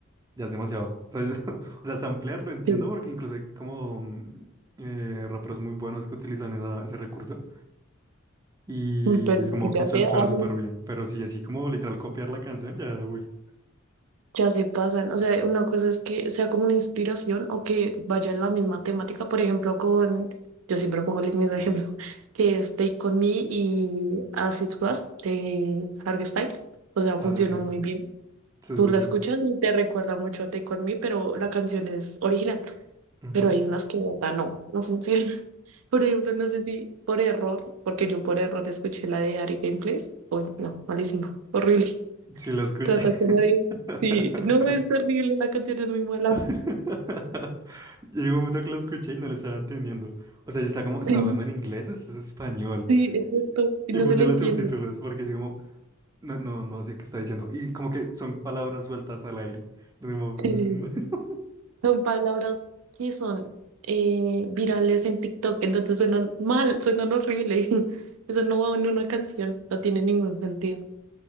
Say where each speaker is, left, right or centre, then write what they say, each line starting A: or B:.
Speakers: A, on the right; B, on the right.
A: ya es demasiado. O sea, <laughs> o sea, samplear lo entiendo
B: sí,
A: porque incluso hay como mm, eh, raperos muy buenos que utilizan esa- ese recurso y
B: uy, pero
A: es
B: es
A: como
B: que
A: que
B: ya
A: suena,
B: se habla.
A: suena súper bien, pero sí, así como literal copiar la canción, ya, uy,
B: ya se pasan. O sea, una cosa es que sea como una inspiración o que vaya en la misma temática. Por ejemplo, con, yo siempre pongo el mismo ejemplo, <laughs> que es Take On Me y As It Was de Harry Styles. O sea, funcionó
A: ah, sí,
B: muy bien.
A: sí,
B: Tú
A: sí,
B: la
A: sí,
B: escuchas y te recuerda mucho a Take On Me, pero la canción es original.
A: ujú,
B: Pero hay unas que de verdad no, no funcionan. <laughs> Por ejemplo, no sé si por error, porque yo por error escuché la de Ari Gameplays. Uy, no, malísima, horrible.
A: sí la escuché.
B: Trata como de...
A: <laughs>
B: Sí, no, es terrible, la canción es muy mala.
A: <laughs> Llegó un momento que lo escuché y no le estaba entendiendo. O sea, yo estaba como, ¿está
B: Sí,
A: hablando en inglés o esto es español?
B: sí, exacto.
A: Y,
B: Y
A: y
B: no
A: puse
B: se le
A: los
B: entiende.
A: subtítulos porque así como, no, no, no sé qué está diciendo. Y como que son palabras sueltas al aire. Y como, "Mm".
B: Sí, sí, sí.
A: <laughs>
B: Son palabras que son eh, virales en TikTok, entonces suenan mal, suenan horrible. <laughs> Eso no va en una canción, no tiene ningún sentido.